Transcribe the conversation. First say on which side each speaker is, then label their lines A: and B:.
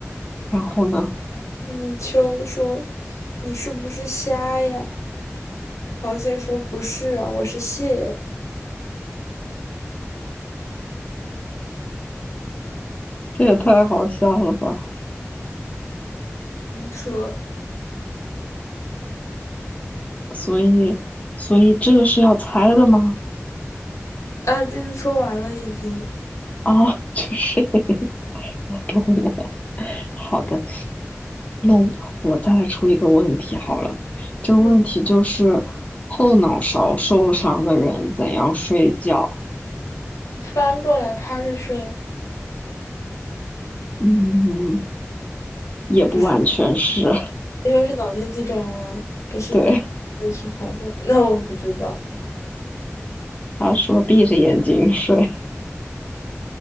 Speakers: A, on the left; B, on the left.
A: 然后呢？
B: 泥鳅说：“你是不是瞎呀？”螃蟹说：“不是啊，我是蟹。”
A: 这也太好笑了吧！
B: 你说
A: 所以，所以这个是要猜的吗？
B: 啊，这次说完了已经。
A: 啊，就是 <laughs> 我懂了。好的，那我再来出一个问题好了。这个问题就是后脑勺受伤的人怎样睡觉？
B: 嗯，翻过来趴着睡，
A: 嗯，也不完全是，
B: 不是，因为是脑筋急转弯，
A: <laughs>
B: 不是，
A: 对，
B: 那是爬过来。那我不知道。
A: 他说闭着眼睛睡，